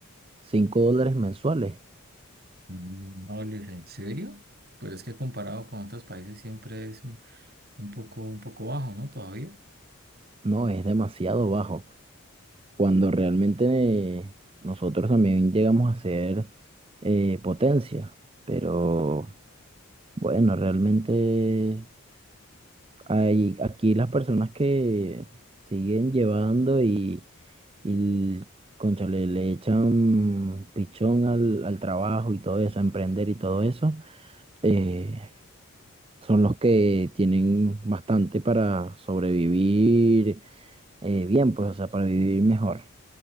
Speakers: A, on the right; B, on the right.
A: 5 dólares mensuales,
B: Mm. Ole, ¿en serio? Pues es que comparado con otros países siempre es un, un poco, un poco bajo, ¿no? Todavía.
A: no, es demasiado bajo. cuando realmente nosotros también llegamos a ser eh, potencia, pero bueno, realmente hay aquí las personas que siguen llevando y, y cónchale, le echan pichón al, al trabajo y todo eso, a emprender y todo eso, eh, son los que tienen bastante para sobrevivir eh, bien, pues, o sea, para vivir mejor.